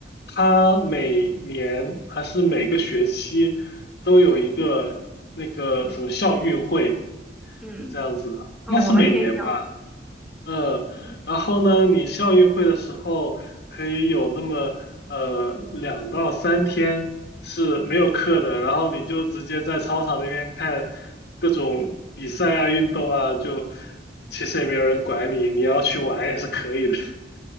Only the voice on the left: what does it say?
它每年还是每个学期都有一个那个什么校运会。
这样子，
应该是每年吧。
嗯，
然后呢，你校运会的时候可以有那么呃两到三天是没有课的，然后你就直接在操场那边看各种比赛啊、运动啊，就其实也没有人管你，你要去玩也是可以的。<laughs>